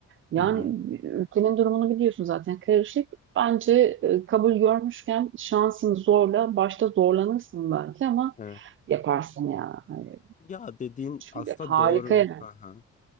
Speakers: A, on the right; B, on the left.
A: Yani
B: hı hı.
A: ülkenin durumunu biliyorsun zaten karışık. Bence e, kabul görmüşken şansını zorla. Başta zorlanırsın belki ama
B: Evet.
A: yaparsın ya. Hani
B: Ya dediğin
A: Çünkü
B: aslında
A: harika
B: doğru.
A: yani.
B: Hı hı.